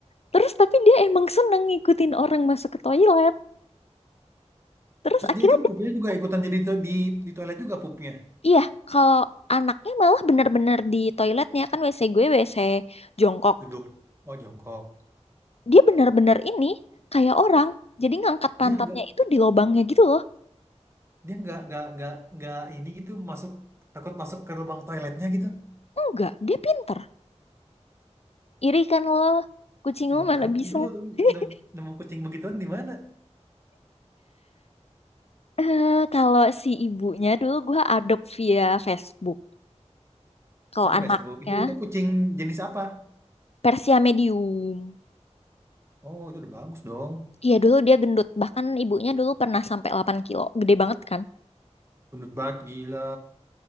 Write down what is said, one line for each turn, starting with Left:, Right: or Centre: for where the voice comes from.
Left: terus tapi dia emang seneng ngikutin orang masuk ke toilet terus
Right: Terus
Left: akhirnya
Right: dia itu
Left: dia-
Right: pupnya juga ikutan jadi to- di di toilet juga pupnya.
Left: iya kalau anaknya malah benar-benar di toiletnya kan WC gue WC jongkok
Right: Duduk. Oh jongkok.
Left: dia benar-benar ini kayak orang jadi ngangkat
Right: Dia
Left: pantatnya
Right: nggak
Left: itu di lubangnya gitu loh
Right: dia nggak nggak nggak nggak ini gitu masuk takut masuk ke lubang toiletnya gitu.
Left: enggak dia pinter iri kan lo kucing
Right: Cepet
Left: lo mana
Right: banget.
Left: bisa
Right: Dulu
Left: <laughs>
Right: nem- nemu kucing begituan di mana?
Left: Eh, kalau si ibunya dulu gue adopt via Facebook. Kalau
Right: Oh, di
Left: anaknya
Right: Facebook. Itu itu kucing jenis apa?
Left: Persia medium.
Right: Oh, itu udah bagus dong.
Left: Iya dulu dia gendut. Bahkan ibunya dulu pernah sampai 8 kilo. Gede banget kan?
Right: Gendut banget gila.